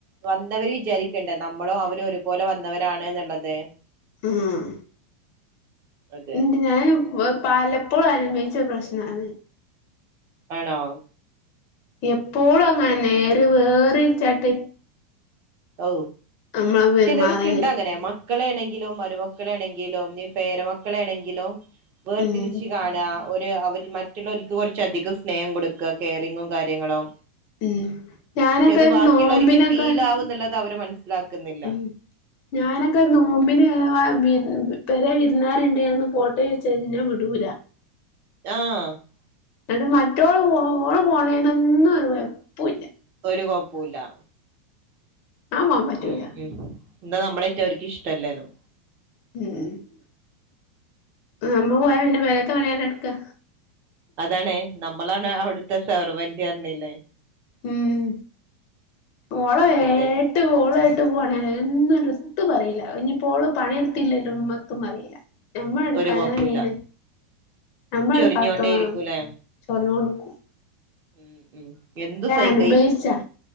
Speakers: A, on the right (about 30°); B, on the left (about 35°).
A: വന്നവര് വിചാരിക്കണ്ടേ നമ്മളും അവരും ഒരുപോലെ വന്നവരാണ്ന്ന്ള്ളത്
B: ഉം
A: അതെ
B: എന്ത് ഞാനും വ് പലെപ്പോഴും അനുഭവിച്ച പ്രശ്നാണതേ
A: ആണോ
B: എപ്പോളും അങ്ങനെന്നെ എര് വേറ്‌ര്ചാട്ട്
A: ഔ
B: നമ്മള് പെരുമാറല്
A: ചിലരൊക്കെണ്ടങ്ങെനെ മാെ മക്കളെ ണെങ്കിലും, മരുമക്കളെ ണെങ്കിലും, നീ പേരമക്കളേണെങ്കിലും. വേർതിരിച്ച്
B: ഉം
A: കാണ. ഒ ര് അവര് മറ്റുള്ളവര്ക്ക് കൊർച്ച് അധികം സ്നേഹം കൊട്ക്ക കെയറിങ്ങും കാര്യങ്ങളും
B: ഉം ഞാനൊക്കെ
A: പക്ഷെ അത്
B: ഒരു
A: ബാക്കിയുള്ളോര്ക്ക്
B: നോമ്പിനൊക്കെ
A: ഫീലാവും ന്ന്ള്ളത് അവര് മനസ്സ്ലാക്ക്ന്നില്ല
B: ഉം ഞാനൊക്കെ നോമ്പിന് വെ വിര് പെരേ വിര്ന്നാര്ണ്ട്ന്ന് ഞാനൊന്ന് പോട്ടെ ചോയ്ച്ചാ ഇന്നെ വിടൂലാ
A: <inaudible>
B: ന്നട്ട് മറ്റോള് പോ ഓള് പോണേനൊന്നും ഒര് കൊഴപ്പുല്ലാ
A: ഒരു കോപ്പൂല്ല.
B: ഞാൻ പോവാൻ പറ്റൂല
A: ഉം ഉം ന്നാ നമ്മളെറ്റെ അവര്ക്ക് ഇഷ്ടല്ലേനും
B: <inaudible> ആഹ് നമ്മള് പോയ പിന്നെ പെരേത്തെ പണി ആരാ ട്ക്കാ
A: അതാണേ നമ്മളാണ് അവിട്ത്തെ സെവർവന്റ് അർഞ്ഞില്ലേ
B: ഉം ഓളെ വേ
A: അതെ
B: ട്ട്, ഓളേട്ട് പോണേന്നും ഒന്നും എത്തും പറയില. ഇനിപ്പോള് പണിയെടുത്തില്ലേലും മ്മത്തും പറീല.
A: <inaudible>
B: ഞമ്മള് എട്ക്കാഞ്ഞായീണ്
A: ഒരു കൊഴപ്പൂല്ല
B: ഞമ്മള്
A: ചൊറിഞ്ഞോണ്ടേ
B: എട്ക്കാത്ത
A: ഇരിക്കൂലേ
B: ചൊർഞ്ഞോണ്ട്ക്കും
A: ഉം ഉം എന്തും സഹിക്ക
B: അനുഭവിച്ചാ
A: ഈ